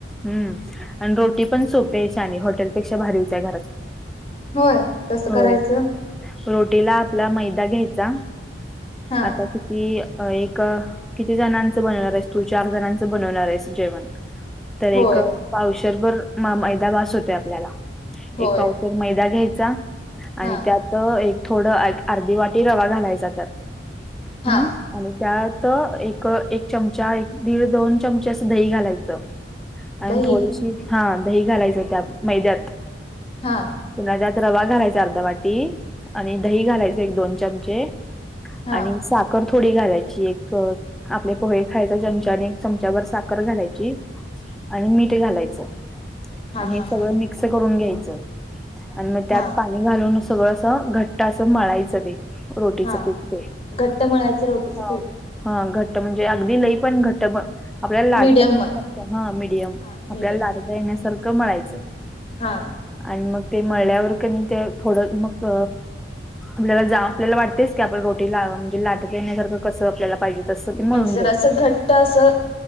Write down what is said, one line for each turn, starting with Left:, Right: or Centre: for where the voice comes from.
Centre: हम्म आणि रोटी पण सोपे आहे, छान आहे, हॉटेलपेक्षा भारी होत्या घरात.
Left: होय कसं
Centre: होय
Left: करायचं?
Centre: रोटीला आपला मैदा घ्यायचा
Left: हा
Centre: आता किती एक किती जणांचं बनवणार आहेस, तू चार जणांचं बनवणार आहेस जेवण. तर एक
Left: होय
Centre: पावशरभर मैदा बास होतोय आपल्याला,
Left: होय
Centre: एक पावस एक मैदा घ्यायचा आणि
Left: हा
Centre: त्यात तर एक थोडं अर्धी वाटी रवा घालायचा त्यात.
Left: हा
Centre: हम्म? आणि त्यात एक, एक चमचा एक दीड, दोन चमचे असं दही घालायचं. आणि
Left: दही
Centre: थोडीशी हा दही घालायचं त्यात मैद्यात.
Left: हा.
Centre: पुन्हा त्यात रवा घालायचा अर्धा वाटी आणि दही घालायच एक दोन चमचे
Left: हा
Centre: आणि साखर थोडी घालायची एक आपले पोहे खायच चमच्याने चमचाभर साखर घालायची आणि मीठ घालायचं.
Left: हा
Centre: हे
Left: हा
Centre: सगळं
Left: हा
Centre: मिक्स करून घ्यायचं आणि त्यात
Left: हा
Centre: पा णी घालून सगळं अस घट्ट असं मळायचं ते. रोटीच
Left: हा
Centre: पिठ ते.
Left: घट्ट मळायचं रोटीचं
Centre: हा.
Left: पीठ
Centre: हा, घट्ट म्हणजे अगदी लई पण घट्ट आपल्याला लाटता
Left: मीडियम
Centre: येण्यासारखं
Left: मळ
Centre: हा मीडियम
Left: हा
Centre: आपल्याला
Left: मीडियम
Centre: लाटता येण्यासारखं मळायच.
Left: हा.
Centre: आणि मग ते मळल्यावर कणी ते थोडं मग आपल्याला जा आपल्याला वाटतेच की, आपण रोटी ला म्हणजे लाटतय येण्यासारखं कसं आपल्याला पाहिजे तसं ते मळून
Left: म्हणजे जरासं
Centre: घ्यायचं.
Left: घट्ट असं